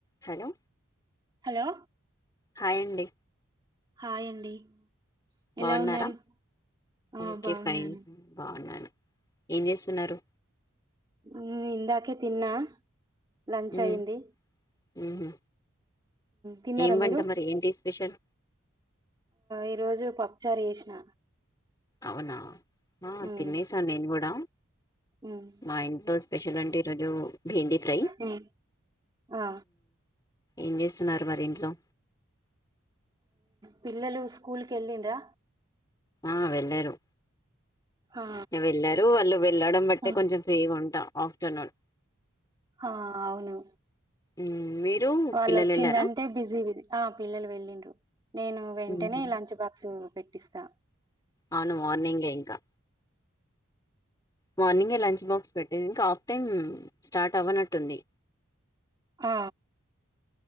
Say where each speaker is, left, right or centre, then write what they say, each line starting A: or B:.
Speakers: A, on the left; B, on the right.
A: Hello
B: hello
A: హాయండి
B: hi అండి
A: బాగున్నారా
B: ఎలా ఉన్నారు ఆ
A: ఓకే
B: బాగున్నాను
A: ఫైన్ై బాగున్నాను ఏం చేస్తున్నారు
B: ఉ ఇందాకే తిన్నా లంచ్
A: ఉమ్
B: అయి్యంది
A: ఉహు
B: తిన్నారా
A: ఏం వంట
B: మీరు
A: మరి ఏంటి స్పెషల్
B: ఈరోజు ప పప్పు చారు చేసిన
A: అవునా ఆ
B: మ్మ్
A: తినేసా నేను కూడా
B: మ్మ్
A: మా ఇంట్లో స్పెషలంటే ఈరోజు బెండి ఫ్రై
B: మ్మ్ ఆ
A: ఏం చేస్తున్నారు మరి ఇంట్లో
B: పిల్లలు స్కూల్ కి వెల్లిన్రా
A: ఆ వెళ్ళరు
B: ఆ
A: వెళ్ళారు వాళ్ళు వెళ్ళడం బట్టే
B: ఆ
A: కొంచెం ఫ్రీగా ఉంటా ఆఫ్టర్నుూన్
B: ఆ అవును
A: ఉమ్ మీరు
B: వాళ్ళు
A: పిల్లలు
B: వచ్చిందంటే
A: వెళ్ళారా
B: బిజీ ఆ పిల్లలు వెళ్ళిండ్రు నేను వెంటనే
A: ఉహు
B: లంచ్ బాక్స్ పెట్ పిస్తా
A: అవును మార్నింగే ఇంకా మార్నింగే లంచ్ బాక్స్ పెట్టి ఇంకా ఆఫ్ టైం స్టార్ట్ అవ్వనట్టుంది
B: ఆ